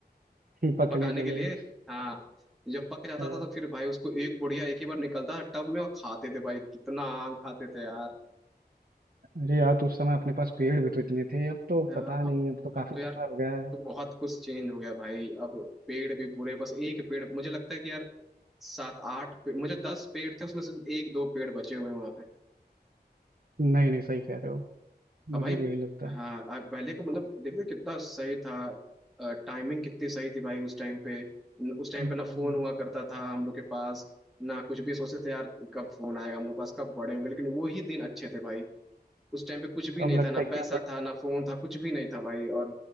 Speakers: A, on the right; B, in the centre.
A: हम्म, पकने
B: पकाने
A: के
B: के
A: लिए
B: लिए हाँ जब पक जाता
A: अ,
B: था तो फिर भाई उसको एक बुढ़िया एक ही बार निकलता था टब में और खाते थे भाई कितना आम खाते थे यार।
A: अरे यार तो उस समय अपने पास पेड़ भी तो इतने थे अब तो
B: हाँ,
A: पता नहीं
B: अब
A: अब तो काफी
B: अब तो यार
A: समय हो गया है
B: तो बहुत कुछ चेंज हो गया भाई अब पेड़ भी पूरे बस एक पेड़ मुझे लगता है कि यार सात आठ पे- मुझे दस पेड़ थे उसमें से एक दो पेड़ बचे हुए हैं वहां पे
A: नहीं नहीं सही कह रहे हो मुझे
B: अब भाई
A: भी यही लगता है
B: हाँ अब पहले का मतलब देखो कितना सही था टाइमिंग कितनी सही थी भाई उस टाइम पे न- उस टाइम
A: हम्म,
B: पे ना फोन हुआ करता था हम लोग के पास ना कुछ भी सोचते थे यार कब फोन आएगा हम लोग के पास कब बड़े होंगे लेकिन वो ही दिन अच्छे थे भाई उस टाइम पे कुछ भी
A: अब
B: नहीं
A: लगता
B: था ना
A: है क्यों
B: पैसा
A: बड़े
B: था ना फोन था कुछ भी नहीं था भाई और